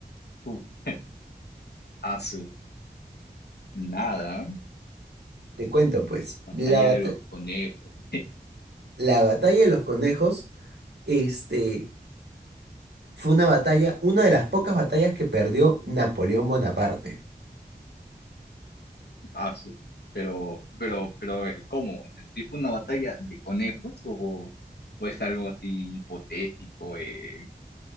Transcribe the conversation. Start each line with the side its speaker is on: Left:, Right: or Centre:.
Left: Uh. <laughs> Asu, nada, ¿eh?
Right: Te cuento, pues,
Left: batalla
Right: la, bata-
Left: de los conejos, <laughs>
Right: la batalla de los conejos, este... Fue una batalla, una de las pocas batallas que perdió Napoleón Bonaparte.
Left: Asu. Pero, pero, pero a ver, ¿cómo? O sea, ¿sí fue una batalla de conejos o, o es algo así hipotético, eh,